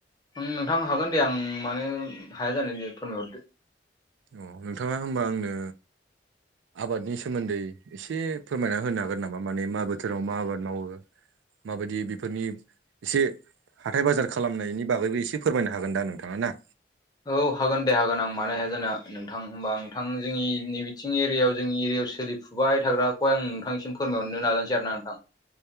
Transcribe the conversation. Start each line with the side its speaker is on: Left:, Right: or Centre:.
Left: ओं नोंथां हागोन दे आं मानो हाया जानो दे फोरमायहरदो।
Right: अ नोंथाङा होनबा आंनो आबादनि सोमोन्दै एसे फोरमायना होनो हागोन नामा माने मा बोथोराव मा आबाद मावो माबायदि बेफोरनि एसे हाथाय बाजार खालामनायनि बागैबो एसे फोरमायनो हागोन दा नोंथाङा ना
Left: औ हागोन दे हागोन आं मानो हाया जाना नोंथां होमबा नोंथां जोंनि नैबे आथिं एरियायाव जोंनि एरियायाव सोलिुब थाग्राखौ आं नोंथांनिसिमायहर नाजानानोासै आरो ना नोंथां